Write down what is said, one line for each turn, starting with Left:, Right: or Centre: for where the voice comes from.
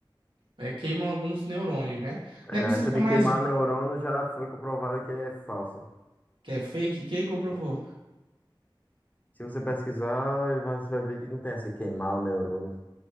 Right: é, queima alguns neurônios, né?
Left: É,
Right: Não é que você
Left: essa
Right: fica
Left: de
Right: mais
Left: queimar neurônio já foi comprovada que é falsa.
Right: que é fake, quem comprovou?
Left: Sim. Se você pesquisar, vai- você vai ver que não tem essa de queimar o neurônio.